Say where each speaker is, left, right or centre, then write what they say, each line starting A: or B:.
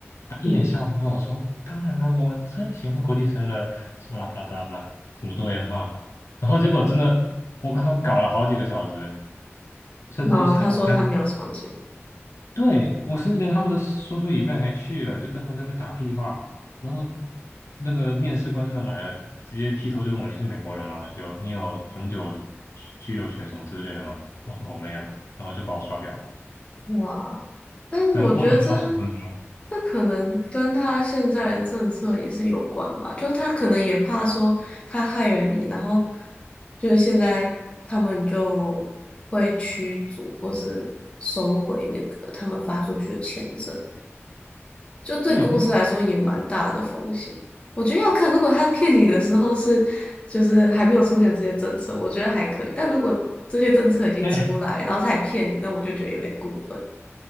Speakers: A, on the left (about 75°); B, on the left (about 25°).
A: 他一脸笑容跟我说：
B: 嗯，
A: “当然啦，我们最喜欢国际生了，什么啦不啦不啦不啦，什么多元化。”然后结果真的，我跟他们搞了好几个小时，甚至去参参
B: 然后他说他没有 sponsor。
A: 对，我甚至连他们的说 o c i 还去了，就跟他们那边打屁话，然后那个面试官真的来了，直接劈头就问我你是美国人吗？就你有永久居居留权什么之类的吗？我说我没有，然后就把我刷掉了，
B: 哇，但是我觉得这
A: 整个过程不到十分钟。
B: 这可能跟他现在的政策也是有关吧，就他可能也怕说他害了你，然后就是现在他们就会驱逐或是收回那个他们发出去的签证，就对公司来说也蛮大的风险。
A: 对，
B: 我觉得要看，如果他骗你的时候是就是还没有出现这些政策，我觉得还可以，但如果这些政策已经出来，
A: 哎，
B: 然后他也骗你，那我就觉得有点过分。